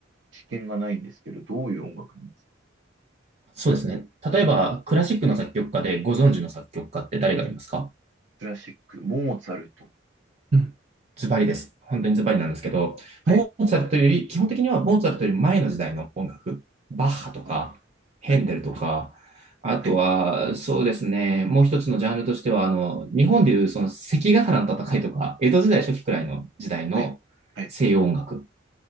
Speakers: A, on the right; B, on the right.
A: 知見がないんですけど、どういう音楽なんです
B: そうですね。例えば、クラシックの作曲家でご存知の作曲家って誰がいますか
A: かはい。クラシック、モーツァルト。
B: うんズバリです。本当にズバリなんですけど、
A: はい。
B: モーツァルトより、基本的にはモーツァルトより前の時代の音楽、バッハとか、
A: うん、
B: ヘンデルとか、
A: はい、
B: あとは、
A: はい、
B: そうですね、もう一つのジャンルとしては、あの、日本でいうその関ヶ原の戦いとか、
A: うん、
B: 江戸時代初期くらいの時代の西洋音楽
A: はい、はい。